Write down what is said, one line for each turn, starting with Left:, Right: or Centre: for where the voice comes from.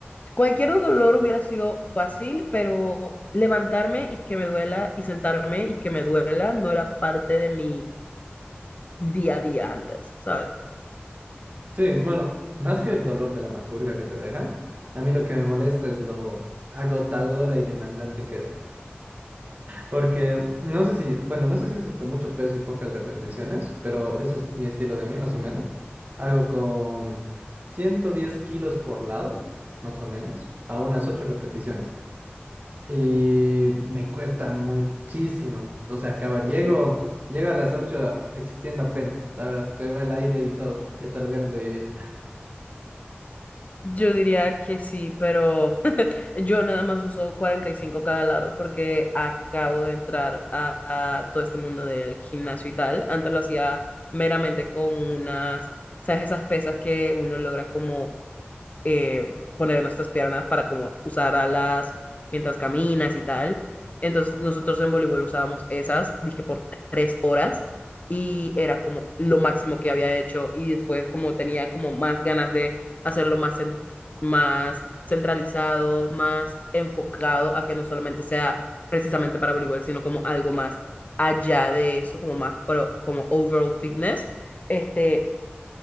Left: Cualquier dolor hubiera sido fácil, pero levantarme y que me duela y sentarme y que me duela no era parte de mi día a día antes, ¿sabes?
Right: sí, bueno, más que el dolor de la macurga que te deja, a mí lo que me molesta es lo agotadora y demandante que es. Porque no sé si, bueno, no sé si haces con mucho peso y pocas repeticiones, pero ese es mi estilo de mí, más o menos. Hago con 110 kilos por lado, más o menos, a unas 8 repeticiones. Y me cuesta muchísimo. O sea, acabar. Llego, llego a las 8 existiendo apenas, la verdad. Se me va el aire y todo. Y hasta las ganas de vivir.
Left: Yo diría que sí, pero Yo nada más uso 45 cada lado porque acabo de entrar a, a todo este mundo del gimnasio y tal. Antes lo hacía meramente con unas, ¿sabes? Esas pesas que uno logra como eh, poner nuestras piernas para como usar alas mientras caminas y tal. Entonces nosotros en voleibol usábamos esas, dije por tres horas y era como lo máximo que había hecho y después como tenía como más ganas de hacerlo más, cen- más centralizado, más enfocado a que no solamente sea precisamente para voleibol, sino como algo más allá de eso, como más pro, como overall fitness. Este,